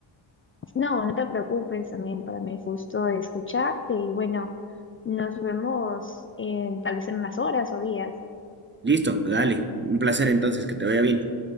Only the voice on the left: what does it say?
No, no te preocupes, también para mí fue justo escucharte y bueno, nos vemos en, tal vez en unas horas o días.